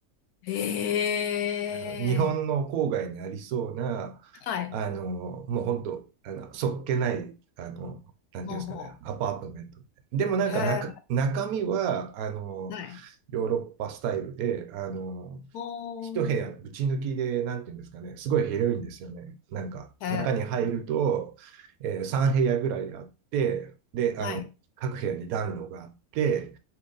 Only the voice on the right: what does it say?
あの日本の郊外にありそうな、
あの、もう本当、あの、そっけない、あの、なんていうんですかね、
アパートメント。でもなんか中、
中身は、あの、
ヨーロッパスタイルで、あの、
一部屋ぶち抜きで、
なんていうんですかね、すごい広いんですよね。なんか、
中に入ると、え3部屋ぐらいあって、で、あの、
各部屋に暖炉があって、